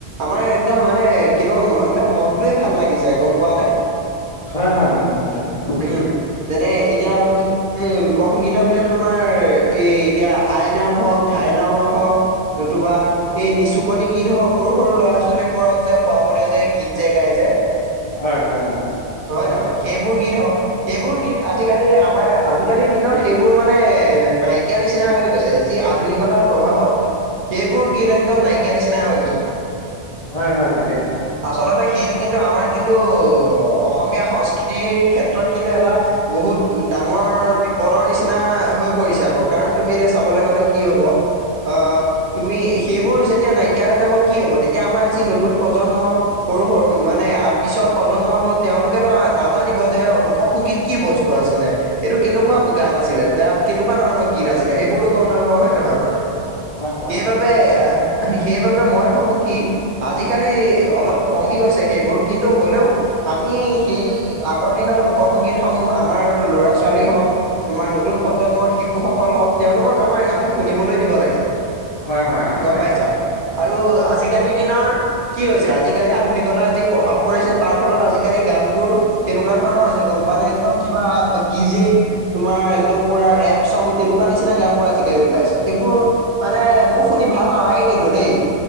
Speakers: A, on the right; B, on the left.
A: আমাৰ একদম মানে কেনেকুৱা মানে মনটোৱে ভাল লাগি যায় গম পোৱা নে।
B: হয় হয় হয় তাকে।
A: উম যেনে এতিয়া তুমি। এ লোক সংগীতৰ ভিতৰত তোমাৰ এই এতিয়া আই নাম হওক ধাই নামৰ হওক। নতুবা। এই নিচুকনি গীত হওক সৰু সৰু ল'ৰা ছোৱালীবোৰক যে শুৱাবলৈ যে গীত যে গাই যে।
B: হয়, হয় অ।
A: হয়ে, নহয় সেইবোৰ গীত
B: হয়
A: সওক। সেইবোৰ গীত আজিকালি আমাৰ আজিকালিৰ দিনত সেইবোৰ মানে নাইকিয় নিচিনা হৈ গৈছে। যি আধুনিকতাৰ প্ৰভাৱত সেইবোৰ গীত একদম নাইকিয়ীয়া নিচিনা হৈ গৈছে।
B: হয়, হয়, তাকে সেৱা।
A: আচলতে সেইটো কিন্তু আমাৰ কিন্তু অসমীয়া সংস্কৃতিৰ ক্ষেত্ৰত কিন্তু এটা। বহুত ডাঙৰ বিপদৰ নিচিনা হৈ পৰিছে আকৌ কাৰণ তুমি এতিয়া চাবলৈ গলে কি হব। আহ তুমি সেইবোৰ যেতিয়া নাইকিয়া হৈ যাব। কি হব, তেতিয়া আমাৰ যি নতুন প্ৰজন্ম। সৰু সৰু মানে আ। পিছৰ প্ৰজন্মতো তেওঁলোকেতো নাজানিব যে লোকসংগীত কি বস্তু আছিলে। এইেইটো কেনেকুৱা
B: হয়
A: গান আছিলে তাত কেনেকুৱা ধৰণৰ গীত আছিলে সেইবোৰতো গম নাপাওঁ হয় নহয় বাৰু
B: অ হয় হয়
A: সেইবাবে,
B: অ তাকে
A: সেইবাবে মই ভাবো কি আজিকালি অলপ কমি গৈছে সেইবোৰ। কিন্তু হ'লেও আমি সেই আগৰ দিনৰ লোক সংগীতসমূহ আমাৰ ল'ৰা ছোৱালী হওক, তোমাৰ নতুন প্ৰজন্মৰ শিশুসকল হওক তেওঁলোকক আমাৰ আমি শুনিবলৈ দিব লাগে।
B: হয় হয় অ
A: গম
B: তাকেহে
A: পাইছা। আৰু
B: উম,
A: আজিকালিৰ দিনৰ কি হৈছে। আজিকালি আধুনিকতাৰ যি প্ৰভাৱ, কৰিছে তাৰ ফলত আজিকালি গান বোৰ কেনেকুৱা ধৰণৰ হৈছে গম পানে একদম কিবা ডিজে। তোমাৰ একদম পুৰা ৰেপ চং তেনেকুৱা নিচিনা গান বোৰ আজিকালি ওলাইছে সেইবোৰ। মানে মোৰ শুনি ভাল নালাগে কিন্তু দেই।